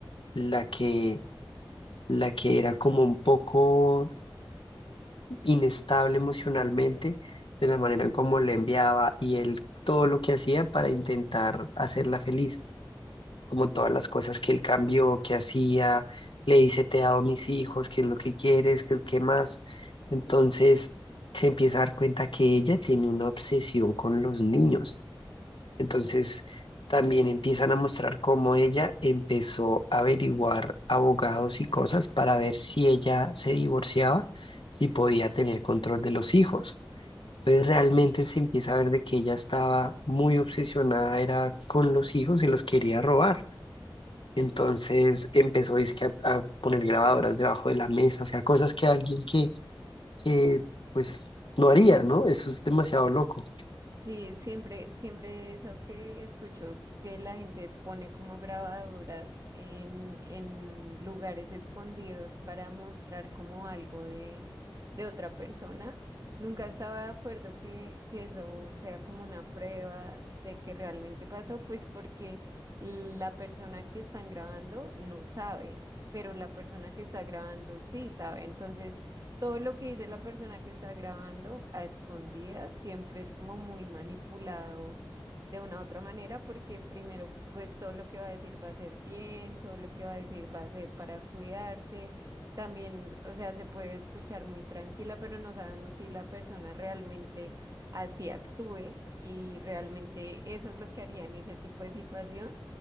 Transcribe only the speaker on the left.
la que, la que era como un poco inestable emocionalmente de la manera en cómo le enviaba y él todo lo que hacía para intentar hacerla feliz, como todas las cosas que él cambió, que hacía, le dice te he dado mis hijos, qué es lo que quieres, qué, qué más. Entonces se empieza a dar cuenta que ella tiene una obsesión con los niños Entonces, también empiezan a mostrar cómo ella empezó a averiguar abogados y cosas para ver si ella se divorciaba, si podía tener control de los hijos. Entonces realmente se empieza a ver de que ella estaba muy obsesionada, era con los hijos, se los quería robar. Entonces empezó dizque, a, a poner grabadoras debajo de la mesa, o sea, cosas que alguien que, que pues no haría, ¿no? Eso es demasiado loco.